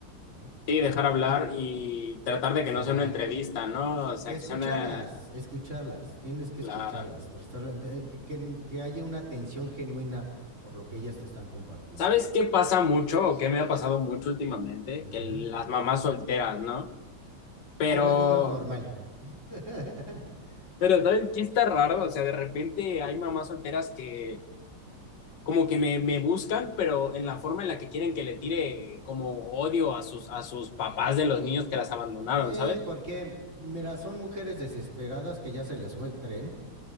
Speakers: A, on the right; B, on the left.
A: ¿no?
B: Sí, dejar hablar
A: Porque
B: y tratar
A: Exacto.
B: de que no sea una entrevista, ¿no? O sea,
A: Y escucharlas,
B: que sea una...
A: escucharlas, tienes que escucharlas,
B: Clara.
A: prestar, de- que, que- que haya una atención genuina por lo que ellas te están compartiendo.
B: ¿Sabes qué pasa mucho o qué me ha pasado mucho últimamente?
A: Ujú.
B: Que las mamás solteras, ¿no? Pero,
A: Ah, pues no es normal. <laughs>
B: pero ¿sabes qué está raro?
A: Mm.
B: O sea, de repente hay mamás solteras que como que me, me buscan, pero en la forma en la que quieren que le tire como odio a sus, a sus papás de los niños que las abandonaron,
A: Sí,
B: ¿sabes?
A: porque, mira, son mujeres desesperadas que ya se les fue el tren